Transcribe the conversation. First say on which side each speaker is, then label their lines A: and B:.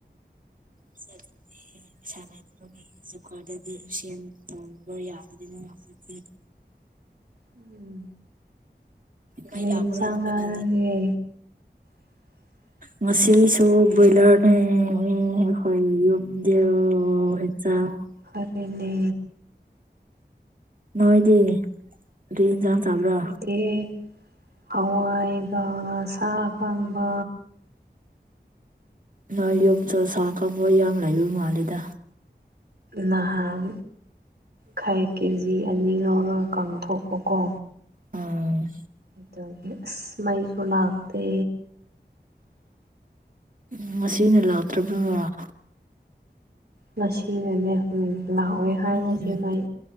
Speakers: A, on the right; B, on the right.
A: <unintelligible> <inaudible> ꯑꯩ ꯄꯩꯁꯥ ꯂꯩꯇꯕꯒꯤ ꯖꯨꯀꯥꯔꯗꯗꯤ ꯁꯦꯝ ꯇꯣꯡꯧꯕ ꯌꯥꯗꯅꯤꯅ ꯍꯧꯖꯤꯛꯇꯤ
B: ꯎꯝ ꯀꯔꯤ
A: ꯃꯩ ꯂꯥꯛꯄ꯭ꯔꯥ
B: ꯏꯟꯁꯥꯡ
A: ꯅꯣꯏ
B: ꯆꯥꯔꯒꯦ
A: ꯀꯥꯟꯗ
B: <inaudible>
A: ꯉꯁꯤꯁꯨ ꯕ꯭ꯔꯣꯏꯂꯔꯅꯦ ꯃꯤ ꯍꯣꯏ ꯌꯨꯝꯗꯣ <unintelligible>
B: ꯐꯔꯦꯅꯦ
A: ꯅꯣꯏꯗꯤ ꯀꯔꯤ ꯏꯟꯁꯥꯡ ꯆꯥꯕ꯭ꯔ
B: ꯑꯦ ꯍꯋꯥꯏꯒ ꯁꯥ ꯑꯀꯪꯕ
A: ꯅꯣꯏ ꯌꯨꯝꯁꯨ ꯁꯥ ꯑꯀꯪꯕ ꯌꯥꯝ ꯂꯩꯕ ꯃꯥꯜꯂꯤꯗ
B: ꯅꯍꯥꯟ ꯈꯩ ꯀꯦꯖꯤ ꯑꯅꯤ ꯂꯧꯔꯒ ꯀꯥꯡꯊꯣꯛꯄꯀꯣ
A: ꯑꯝ
B: ꯑꯗꯒꯤ ꯑꯁ ꯃꯩꯁꯨ ꯂꯥꯛꯇꯦ
A: ꯎꯝ ꯉꯁꯤꯅ ꯂꯥꯛꯇ꯭ꯔꯕꯔ‌ꯣ
B: ꯉꯁꯤꯅꯅꯦ ꯎꯝ ꯂꯥꯛꯑꯣꯏ ꯍꯥꯏ
A: ꯎꯝ
B: ꯉꯁꯤ ꯃꯩ